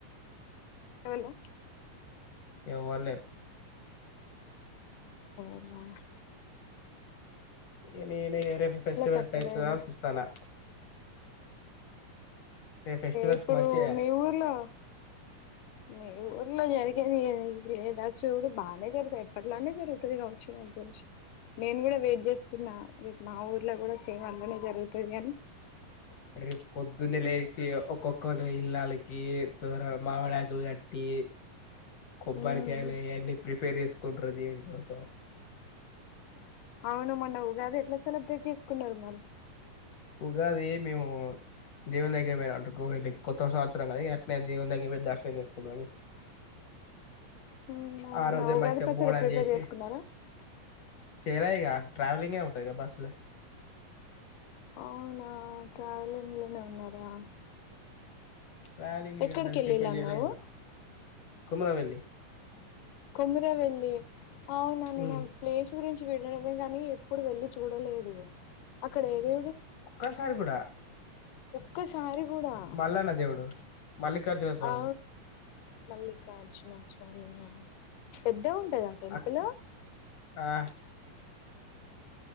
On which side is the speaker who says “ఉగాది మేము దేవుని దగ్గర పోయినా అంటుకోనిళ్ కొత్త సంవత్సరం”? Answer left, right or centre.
Left